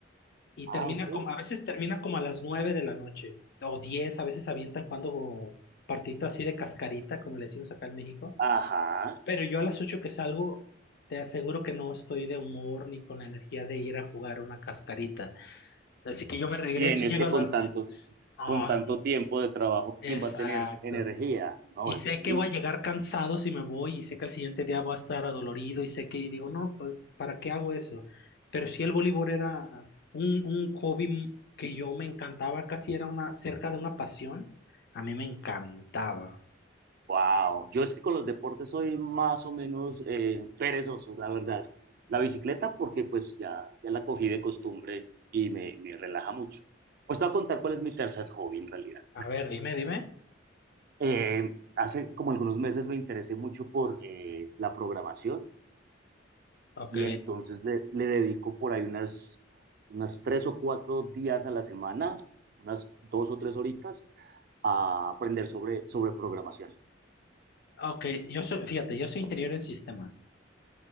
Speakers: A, on the left; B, on the right.
A: y
B: Ah,
A: termina
B: ok.
A: como, a veces termina como a las 9 de la noche o diez a veces avientan cuando partidito así de cascarita, como le decimos acá en México,
B: Ajá.
A: pero yo a las 8 que salgo, te aseguro que no estoy de humor ni con la energía de ir a jugar una cascarita. Así que yo me regreso,
B: ¿Quién es
A: llego
B: que
A: a
B: con
A: dormir,
B: tanto,
A: pues, no,
B: con tanto
A: no,
B: tiempo de trabajo,
A: exacto.
B: quién va a tener energía? No,
A: Y
B: es
A: sé
B: difícil.
A: que voy a llegar cansado si me voy, y sé que al siguiente día voy a estar adolorido, y sé que, y digo, no, pues, ¿para qué hago eso? Pero sí el voleibol era un, un hobby que yo me encantaba, casi era una, cerca de una pasión, a mí me encantaba.
B: Wow. Yo es que con los deportes soy más o menos eh, perezoso, la verdad. La bicicleta porque pues ya, ya la cogí de costumbre y me, me relaja mucho. Pues te voy a contar cuál es mi tercer hobby en realidad.
A: A ver, dime, dime.
B: Eh, hace como algunos meses me interesé mucho por eh, la programación
A: Ok,
B: y entonces le, le dedico por ahí unas, unas tres o cuatro días a la semana, unas dos o tres horitas, a aprender sobre, sobre programación.
A: ok, yo soy, fíjate, yo soy ingeniero en sistemas.